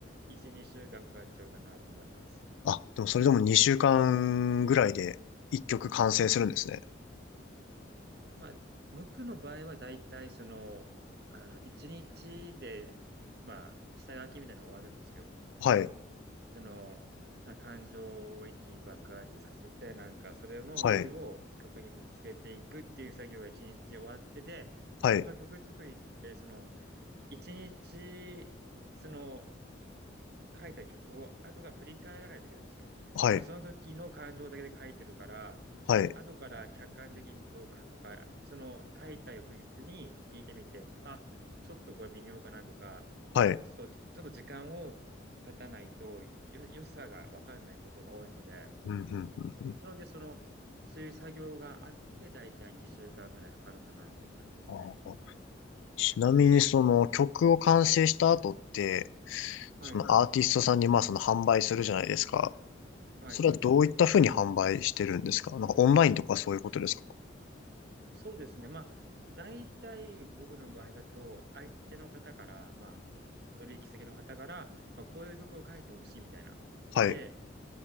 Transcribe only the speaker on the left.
あ、でもそれでも2週間ぐらいで1曲完成するんですね。
はい、
はい、はい、
はい、はい、
はい。
うん、うん、うん、うん。
ああちなみにその曲を完成した後って、
そのアーティストさんにまあその販売するじゃないですか。
それはどういった風に販売してるんですかなんかオンラインとかそういうことですか
はい、